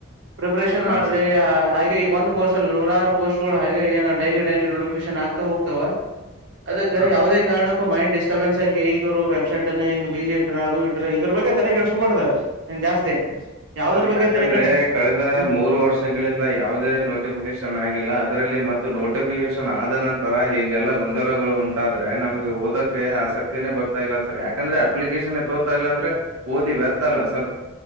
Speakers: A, on the right; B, on the right.
A: ಪ್ರಿಪರೇಷನ್
B: ಹಾಂ
A: ಮಾಡ್ರಿ
B: ಸರ್
A: ಈಗ ಈಗ ಒಂದು ಪೋಸ್ಟ್ಲ್ಲಿ ನೂರಾರು ಪೋಸ್ಟ್ಗಳು ಹಾಗ ಏೋ ಡೈಲಿ ಡೈಲಿ ನೋಟಫಿಕೇಶನ್ ಆಗ್ತಾ ಹೋಗ್ತಾವ ಅದಕ್ಕ
B: ಹಾಂ
A: ಯಾವವುದೇ
B: ಸರ್
A: ಕಾರಣಕ್ಕ ಮೈಂಡ್ ಡ್ಟರ್ೆನ್ಸ್ಾಿ ಇದ್ರು ವೆಬ್ಸೈಟ್ ಅ ಹಂಗ ಬಿಸಿಿ ಇ್ರ ಅದು ಇ್ರ ಇದ್ರ ಬಗ್ಗೆ ತಲೆ ಕೆಡಸ್ಕೋಬಾರತಾರೆ ಜಾಸ್ತಿ ಯಾವದ್ರ
B: ಸರ್
A: ಬಗ್ಗೆ
B: ಯಾಕಂದ್ರೆ
A: ತಲೆ ಕೆಡ್ಸ
B: ಕಳೆದ
A: ಹ
B: ಮೂರು ವರ್ಷಗಳಿಂದ ಯಾವವುದೇ ನೋಟಿಫಿಕೇಶನ್ ಆಗಿಲ್ಲ ಅದರಲ್ಲಿ ಮತ್ತು ನೋಟಿಫಿಕೇಶನ್ ಆದ ನಂತರ ತರ ಹ ಈಗೆಲ್ಲ ಗೊಂದಲಗಳು ಉಂಟಾದ್ರೆ ನಮಗೆ ಓದಕ್ಕೆ ಆಸಕ್ತಿನೇ ಬರ್ತಾ ಇಲ್ಲ ಸರ್ ಯಾಕಂದ್ರೆ ಅಪ್ಲಿಕೇಶನ್ ತೋತಾ ಇಲ್ಲ ಅಂದ್ರೆ ಓದಿ ವ್ಯರ್ತಲ್ಲ ಸರ್